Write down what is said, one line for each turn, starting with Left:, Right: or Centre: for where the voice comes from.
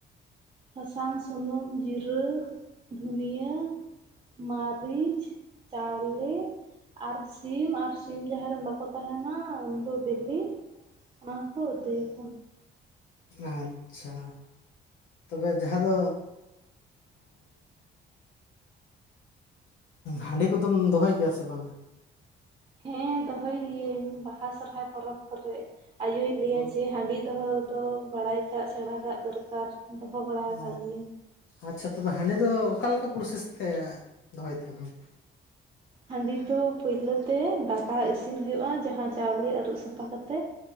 Right: ᱥᱟᱥᱟᱝ ᱥᱩᱱᱩᱢ ᱡᱤᱨᱟᱹ ᱫᱷᱩᱱᱤᱭᱟᱹ ᱢᱟᱹᱨᱤᱪ ᱪᱟᱣᱞᱮ ᱟᱨ ᱥᱤᱢ ᱟᱨ ᱥᱤᱢ ᱡᱟᱦᱟᱭ ᱨᱮᱱ ᱵᱟᱠᱚ ᱛᱟᱦᱮᱱᱟ ᱩᱱ ᱫᱚ ᱵᱤᱞᱤ ᱚᱱᱟ ᱦᱚᱸᱠᱚ ᱩᱛᱩᱭᱟ ᱠᱚ᱾
Left: ᱟᱪᱷᱟ ᱛᱚᱵᱮ ᱡᱟᱦᱟᱸ ᱫᱚ ᱦᱟᱺᱰᱤ ᱠᱚ ᱫᱚᱢ ᱫᱚᱦᱚᱭ ᱜᱮᱭᱟ ᱥᱮ ᱵᱟᱝᱟ?
Right: ᱦᱮᱸ ᱫᱚᱦᱚᱭ ᱜᱤᱭᱟᱹᱧ ᱵᱟᱦᱟ ᱥᱚᱨᱦᱟᱭ ᱯᱚᱨᱚᱵᱽ ᱠᱚ ᱨᱮ ᱟᱭᱳ ᱞᱟᱹᱭᱟ
Left: ᱚ
Right: ᱡᱮ ᱦᱟᱺᱰᱤ ᱫᱚᱦᱚ ᱛᱚ ᱵᱟᱲᱟᱭ ᱠᱟᱜ ᱥᱮᱬᱟ ᱠᱟᱜ ᱫᱚᱨᱠᱟᱨ᱾ ᱫᱚᱦᱚ ᱵᱟᱲᱟ
Left: ᱚ
Right: ᱟᱠᱟᱫ ᱜᱤᱭᱟᱹᱧ
Left: ᱟᱪᱷᱟ ᱛᱚᱵᱮ ᱦᱟᱸᱰᱤ ᱫᱚ ᱚᱠᱟᱞᱮᱠᱟ ᱯᱨᱚᱥᱮᱥ ᱛᱮ ᱫᱚᱦᱚᱭ ᱛᱟᱦᱮᱱᱟᱢ?
Right: ᱦᱟᱺᱰᱤ ᱫᱚ ᱯᱚᱭᱞᱚ ᱛᱮ ᱫᱟᱠᱟ ᱤᱥᱤᱱ ᱦᱩᱭᱩᱜᱼᱟ ᱡᱟᱦᱟᱸ ᱪᱟᱣᱞᱮ ᱟᱹᱨᱩᱵ ᱥᱟᱯᱷᱟ ᱠᱟᱛᱮᱜ᱾